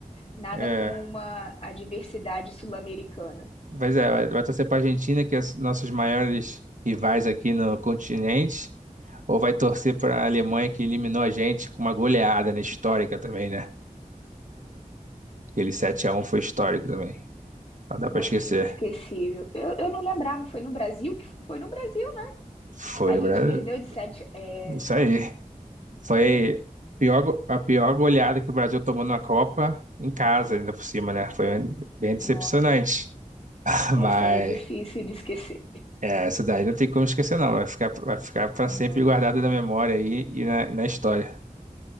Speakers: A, on the left (about 45°); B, on the right (about 65°).
A: nada
B: é,
A: como uma adversidade sul-americana.
B: pois é, vai vai torcer para a Argentina que é os nossos maiores rivais aqui no continente. Ou vai torcer para a Alemanha que eliminou a gente com uma goleada, né? Histórica também, né? Aquele sete a um foi histórico também. Não dá
A: Nossa,
B: pra esquecer.
A: inesquecível. Eu, eu não lembrava, foi no Brasil que foi no Brasil. Né?
B: Foi
A: A
B: no
A: gente
B: Brasil.
A: perdeu de sete. É,
B: Isso
A: nossa,
B: aí. Foi
A: é,
B: a pior, go- a pior goleada que o Brasil tomou na Copa, em casa, ainda por cima, né? Foi bem
A: nossa,
B: decepcionante. <laughs>
A: essa
B: Mas
A: aí é difícil de esquecer.
B: é, essa daí não tem como esquecer, não. Vai ficar, vai ficar para
A: Não.
B: sempre guardada na memória aí e na, na história.